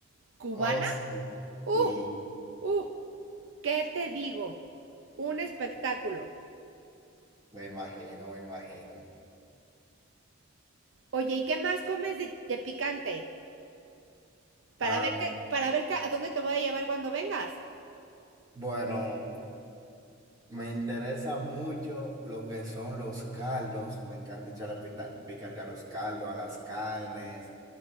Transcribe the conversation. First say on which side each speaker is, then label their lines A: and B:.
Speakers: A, on the right; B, on the right.
A: cubana,
B: Oh, sí,
A: ¡uh!
B: sí,
A: ¡uh! ¿Qué te digo? Un espectáculo.
B: me imagino, me imagino.
A: Oye, ¿y qué más comes de, de picante? Para
B: Am,
A: ver qué, para ver qué- a dónde te voy a llevar cuando vengas.
B: bueno, me interesa mucho lo que son los caldos, me encanta echarle pita- picante a los caldos, a las carnes.